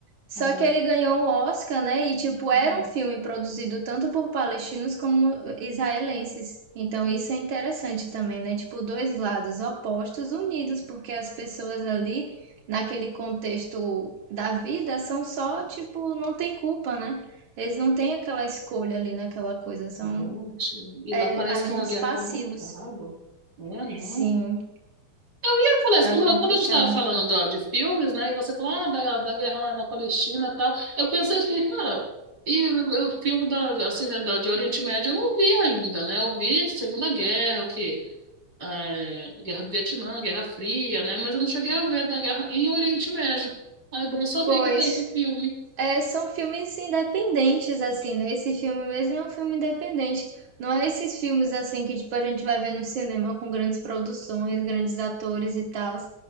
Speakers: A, on the right (about 55°); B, on the right (about 30°).
A: Só
B: Ah,
A: que ele ganhou o Oscar, né? E, tipo, era
B: ah.
A: um filme produzido tanto por palestinos como israelenses. Então, isso é interessante também, né? Tipo, dois lados opostos unidos, porque as pessoas ali, naquele contexto da vida, são só, tipo, não tem culpa, né? Eles não têm aquela escolha ali naquela coisa, são,
B: gente, e
A: é,
B: lá parece
A: agentes
B: que é uma guerra
A: passivos.
B: que não acaba. É,
A: Sim,
B: não. Eu falei isso,
A: tá
B: quando,
A: complicado.
B: quando a gente estava falando do- de filmes, né, e você falou, ah, da, da guerra lá na Palestina e tal, eu pensei, eu fiquei, cara, e o o filme da, assim, né, da, de Oriente Médio eu não vi ainda, né, eu vi Segunda Guerra, o quê? é, Guerra do Vietnã, Guerra Fria, né? Mas eu não cheguei a ver da guerra em Oriente Médio. Ah, é bom saber
A: Pois.
B: que tem um filme.
A: É, são filmes independentes, assim, né? Esse filme mesmo é um filme independente. Não é esses filmes, assim, que, tipo, a gente vai ver no cinema com grandes produções, grandes atores e tal.